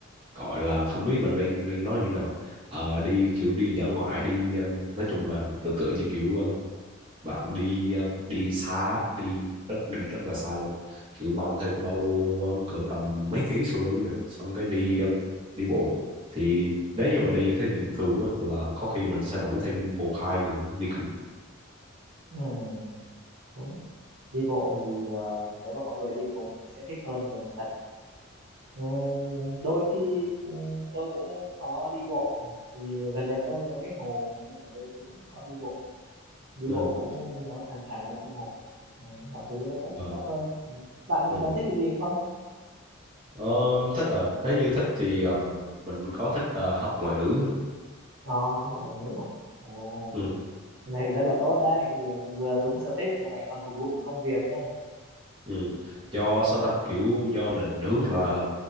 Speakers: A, on the right; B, on the right.
A: gọi là không biết là nên nên nói như thế nào Ờ, đi kiểu đi dã ngoại đi ờ, nói chung là tự tựa như kiểu bạn đi ờ, đi xa đi rất đi rất là xa luôn kiểu mang theo cái ba lô ờ, cỡ tầm mấy ký sau lưng nè xong cái đi ờ, đi bộ thì nếu như mà đi như thế bình thường á, là có khi mình sẽ rủ thêm một hai người đi cùng
B: ừ, đúng đi bộ thì ờ, nếu mà có người đi cùng thì sẽ thích hơn nhiều thật Ừ, đôi khi ừ, tôi cũng có đi bộ thì gần nhà tôi nó có cái hồ mà nên là đôi khi cũng có đi bộ đi
A: ừ.
B: bộ cũng nó thoải, thoải mái tâm hồn Ờ, mọi thứ nó cũng
A: ờ,
B: tốt hơn ừ. bạn
A: ừ.
B: còn thích cái gì nữa không
A: Ờ, thích à nếu như thích thì ờ, mình có thích ờ, học ngoại ngữ á.
B: ờ thì học ngoại ngữ à ồ
A: ừ.
B: cái này rất là tốt đấy vừa vừa đúng sở thích mà lại còn phục vụ cho công việc nhá
A: Ừ. do sao ta kiểu do định hướng là